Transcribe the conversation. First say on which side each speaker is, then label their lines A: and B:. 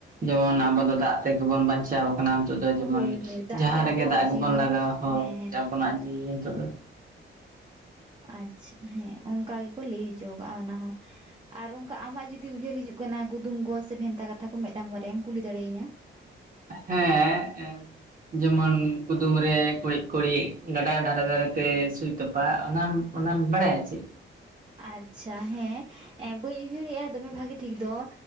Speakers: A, on the right (about 40°); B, on the right (about 25°).
A: ᱡᱮᱢᱚᱱ ᱟᱵᱚ ᱫᱚ ᱫᱟᱜ ᱛᱮᱜᱮ ᱵᱚᱱ ᱵᱟᱧᱪᱟᱣ ᱠᱟᱱᱟ ᱱᱤᱛᱚᱜ ᱫᱚ
B: ᱦᱳᱭ
A: ᱡᱮᱢᱚᱱ
B: ᱦᱳᱭ ᱫᱟᱜ
A: ᱡᱟᱦᱟᱸ
B: ᱜᱮ
A: ᱨᱮᱜᱮ
B: ᱟᱵᱚᱣᱟᱜ
A: ᱫᱟᱜ ᱜᱮᱵᱚᱱ
B: ᱡᱤᱣᱤ
A: ᱞᱟᱜᱟᱣ ᱦᱚᱲ
B: ᱦᱮᱸ ᱦᱮᱸ
A: ᱟᱵᱚᱱᱟᱜ ᱡᱤᱣᱤ ᱱᱤᱛᱚᱜ ᱫᱚ
B: ᱟᱪᱪᱷᱟ ᱦᱮᱸ ᱚᱱᱠᱟ ᱜᱮᱠᱚ ᱞᱟᱹᱭ ᱦᱚᱪᱚ ᱠᱟᱜᱼᱟ ᱚᱱᱟ ᱦᱚᱸ ᱟᱨ ᱚᱱᱠᱟ ᱟᱢᱟᱜ ᱡᱩᱫᱤ ᱩᱭᱦᱟᱹᱨ ᱦᱤᱡᱩᱜ ᱠᱟᱱᱟ ᱠᱩᱫᱩᱢ ᱠᱚ ᱥᱮ ᱵᱷᱮᱱᱛᱟ ᱠᱟᱛᱷᱟ ᱠᱚ ᱢᱮᱫᱴᱟᱝ ᱵᱟᱨᱭᱟᱢ ᱠᱩᱞᱤ ᱫᱟᱲᱮᱭᱟᱹᱧᱟ
A: ᱦᱮᱸ ᱡᱮᱢᱚᱱ ᱠᱩᱫᱩᱢ ᱨᱮ ᱠᱩᱲᱤᱫ ᱠᱩᱲᱤᱫ ᱜᱟᱰᱟ ᱫᱷᱟᱨᱮ ᱫᱷᱟᱨᱮ ᱛᱮ ᱥᱩᱭ ᱛᱚᱯᱟ ᱵᱟ ᱚᱱᱟᱢ ᱚᱱᱟᱢ ᱵᱟᱲᱟᱭᱟ ᱪᱮ
B: ᱟᱪᱪᱷᱟ ᱦᱮᱸ ᱮ ᱵᱟᱹᱧ ᱩᱭᱦᱟᱹᱨᱮᱜ-ᱟ ᱫᱚᱢᱮ ᱵᱷᱟᱹᱜᱮ ᱴᱷᱤᱠ ᱫᱚ